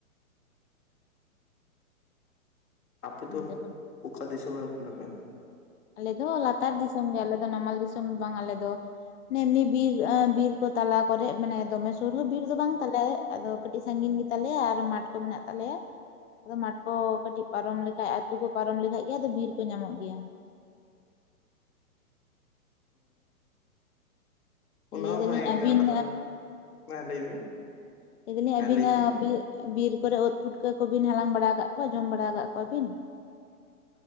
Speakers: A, on the left; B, on the left.
A: ᱟᱯᱮ ᱫᱚ
B: ᱱᱚᱛᱮ ᱠᱷᱚᱱ
A: ᱚᱠᱟ ᱫᱤᱥᱚᱢ ᱨᱮᱱ ᱠᱟᱱᱟ ᱯᱮ
B: ᱟᱞᱮ ᱫᱚ ᱞᱟᱛᱟᱨ ᱫᱤᱥᱚᱢ ᱜᱮ ᱟᱞᱮ ᱫᱚ ᱱᱟᱢᱟᱞ ᱫᱤᱥᱚᱢ ᱫᱚ ᱵᱟᱝ ᱟᱞᱮ ᱫᱚ ᱮᱢᱱᱤ ᱵᱤᱨ ᱵᱤᱨ ᱠᱚ ᱛᱟᱞᱟ ᱠᱚᱨᱮ ᱢᱟᱱᱮ ᱫᱚᱢᱮ ᱥᱩᱨ ᱦᱚᱸ ᱵᱤᱨ ᱫᱚ ᱵᱟᱝ ᱛᱟᱞᱮ ᱟᱫᱚ ᱠᱟᱹᱴᱤᱡ ᱥᱟᱺᱜᱤᱧ ᱜᱮ ᱛᱟᱞᱮᱭᱟ ᱟᱨ ᱢᱟᱴᱷ ᱠᱚ ᱢᱮᱱᱟᱜ ᱛᱟᱞᱮᱭᱟ ᱟᱫᱚ ᱢᱟᱴᱠᱚ ᱠᱟᱹᱴᱤᱡ ᱯᱟᱨᱚᱢ ᱞᱮᱠᱷᱟᱡ ᱟᱹᱛᱩ ᱠᱚ ᱯᱟᱨᱚᱢ ᱞᱮᱠᱷᱟᱡ ᱜᱮ ᱟᱫᱚ ᱵᱤᱨ ᱠᱚ ᱧᱟᱢᱚᱜ ᱜᱮᱭᱟ
A: ᱚᱱᱟ
B: ᱞᱟᱹᱭ ᱮᱫᱟ
A: ᱵᱷᱟᱜᱮ
B: ᱞᱤᱧ ᱟᱹᱵᱤ
A: ᱜᱮ
B: ᱦᱮᱸ
A: ᱟᱫᱚ ᱦᱮᱸ ᱞᱟᱹᱭ ᱵᱤᱱ
B: ᱞᱟᱹᱭᱫᱟ ᱞᱤᱧ
A: ᱦᱮᱸ
B: ᱟᱹᱵᱤᱱᱟᱜ
A: ᱞᱟᱹᱭ ᱵᱤᱱ
B: ᱵᱤᱨ ᱠᱚ ᱨᱮ ᱩᱫ ᱯᱷᱩᱠᱟᱹ ᱠᱚᱵᱤᱱ ᱦᱟᱞᱟᱝ ᱵᱟᱲᱟ ᱟᱠᱟᱫ ᱠᱚᱣᱟ ᱡᱚᱢ ᱵᱟᱲᱟ ᱟᱠᱟᱫ ᱠᱚᱣᱟ ᱵᱤᱱ